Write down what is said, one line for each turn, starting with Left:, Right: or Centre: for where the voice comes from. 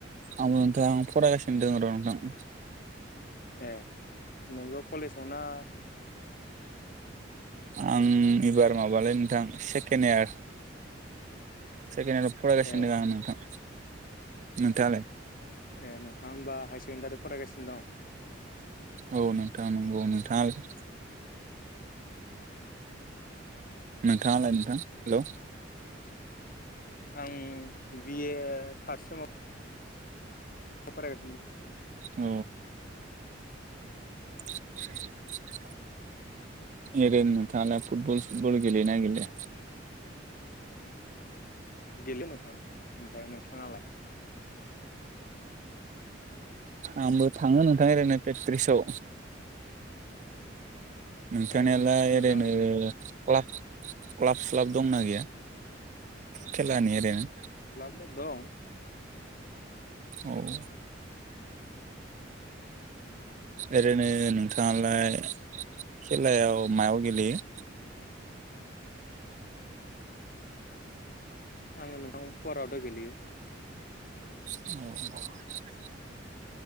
Right: आं दा फरायगासिनो दङ र' नोंथां।
Left: ए नोंबो कलेजाव ना?
Right: आं एबार माबालै नोंथां सेकेन्ड इयार। सेकेण्डआव आव फरायगासिनो
Left: ए
Right: आं नोंथां नोंथाङालाय
Left: ए नोंथाङा होमबा हा सेकेण्डारि फरायगासिनो दं?
Right: औ नोंथां नंगौ नोंथाङा नोंथांङालाय नोंथां हेल'?
Left: आं बि ए थार्द सेमाव। फरायगासिनो
Right: औ <unintelligible> एरै नोंथाङालाय फुटबल सुटबल गेलेयो ना गेलेया?
Left: गेलेयो नोंथां ओमफ्राय नोंथाङालाय?
Right: आंबो थाङो नोंथां ओरैनो प्रेखथ्रिसआव नोंथांनियालाय
Left: ए मोजाङानो
Right: ओरैनो
Left: दे
Right: क्लास क्लाब स्लाब दंना गैया खेलानि ओरैनो?
Left: क्लाबलाय दं
Right: औ एरैनो नोंथाङालाय खेलायाव मायाव गेलेयो?
Left: आङो नोंथां पुवारावथ' गेलेयो।
Right: औ